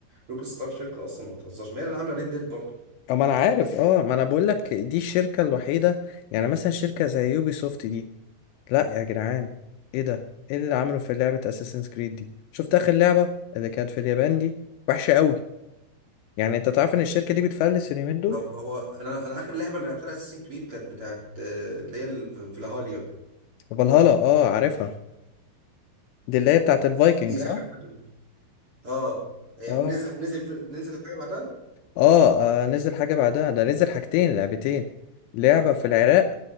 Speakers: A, on the right; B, on the left.
A: روك ستار شركه اصلا ما بتهزرش ما هي اللي عامله ريد ديد برضه
B: اه ما انا عارف اه ما انا بقول لك دي الشركة الوحيدة يعني مثلا شركة زي يوبي سوفت دي لا يا جدعان ايه ده ايه اللي عمله في لعبة اساسنز كريد دي شفت اخر لعبة اللي كانت في اليابان دي وحشة قوي يعني انت تعرف ان الشركة دي بتفلس اليومين دول
A: هو هو انا انا اخر لعبه اللي لعبتها اساسن كريد كانت بتاعت آه، اللي هي الف- فلاهاليا
B: فالهالا اه عارفها دي اللي هي بتاعت الفايكنج
A: دي
B: صح
A: اخر حاجه لعبتها. اه آه،
B: اه
A: نزل نزل نزل الحاجه بعدها
B: اه آه، نزل حاجة بعدها ده نزل حاجتين لعبتين لعبة في العراق